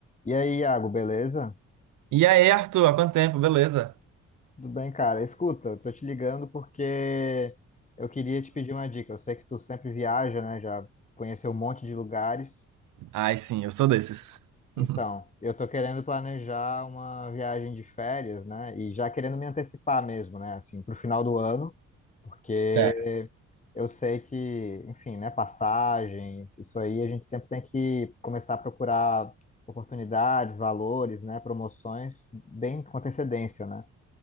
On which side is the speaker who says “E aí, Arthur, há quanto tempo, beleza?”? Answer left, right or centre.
Right